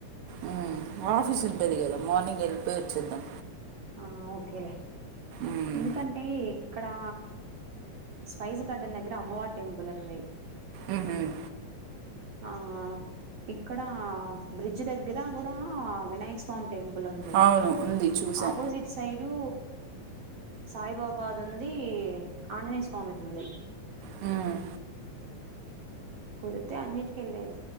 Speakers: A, on the right; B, on the right.
A: ఉమ్మ్ ఆఫీస్ ఉంటుంది కదా మార్నింగ్ వెళ్ళిపోయి వచ్చేద్దాం
B: ఆ ఓకేలే
A: మ్మ్.
B: ఎందుకంటే ఇక్కడా స్పైస్ గార్డెన్ దగ్గర అమ్మవారి టెంపుల్ ఉంది
A: ఉహుమ్
B: ఆ ఇక్కడ బ్రిడ్జ్ దగ్గర కూడా వినాయక స్వామి టెంపుల్ ఉంది
A: అవును ఉంది చూసా
B: ఆపోజిట్ సైడు సాయిబాబా ది ఉంది ఆంజనేయ స్వామిది ఉంది
A: హుమ్మ్
B: కుదిరితే అన్నిటికెళ్ళేది